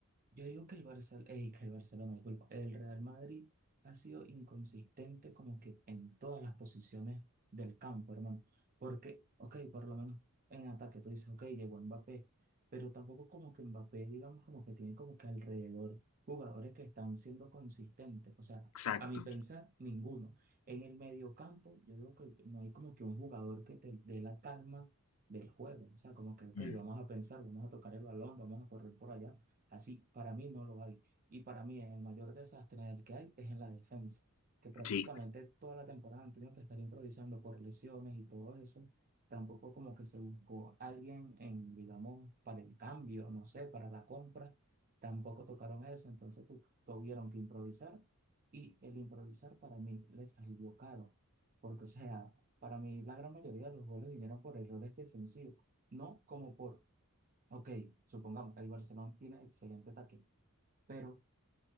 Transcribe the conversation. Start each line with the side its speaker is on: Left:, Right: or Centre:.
Right: yo digo que el Barcelona, que el Barcelona, disculpa, el Real Madrid ha sido inconsistente como que en todas las posiciones del campo, hermano. Porque, ok, por lo menos en ataque tú dices, ok, llegó Mbappé, pero tampoco como que Mbappé, digamos, como que tiene como que alrededor jugadores que están siendo consistentes. O sea,
Left: Exacto.
Right: a mi pensar, ninguno. En el medio campo, yo digo que no hay como que un jugador que te dé la calma del juego. O sea, como que, ok,
Left: Mm,
Right: vamos a pensar, vamos a tocar el balón, vamos a correr por allá. Así, para mí no lo hay. Y para mí el mayor desastre en el que hay es en la defensa, que prácticamente
Left: Sí.
Right: toda la temporada han tenido que estar improvisando por lesiones y todo eso. Tampoco como que se buscó alguien en, digamos, para el cambio, no sé, para la compra. Tampoco tocaron eso, entonces tu- tuvieron que improvisar y el improvisar para mí les salió caro, porque o sea, para mí, la gran mayoría de los goles vinieron por errores defensivos, no como por, ok, supongamos, el Barcelona tiene excelente ataque, pero